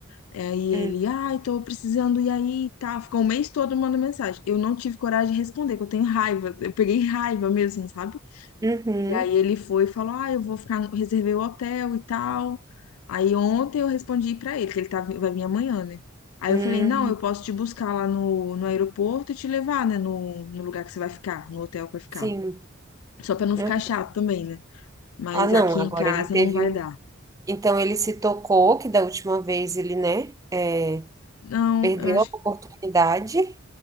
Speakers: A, on the left (about 80°); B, on the right (about 15°).
A: É, Aí
B: hum,
A: ele: "Ai, tô precisando e aí, tá". Ficou o mês todo mandando mensagem. Eu não tive coragem de responder, que eu tenho raiva. Eu peguei raiva mesmo, sabe?
B: uhum,
A: E aí ele foi e falou: "Ah, eu vou ficar, reservei o hotel e tal". Aí ontem eu respondi pra ele que ele tá, vi- vai vir amanhã, né? Aí
B: hum,
A: eu falei: "Não, eu posso te buscar lá no, no aeroporto e te levar, né, no, no lugar que você vai ficar, no hotel que vai ficar".
B: sim.
A: Só pra não
B: né?
A: ficar chato também, né? Mas
B: Ah, não,
A: aqui
B: agora
A: em casa
B: ele teve
A: não vai
B: um.
A: dar.
B: Então ele se tocou, que da última vez ele, né, é,
A: Não,
B: perdeu
A: eu acho
B: a oportunidade,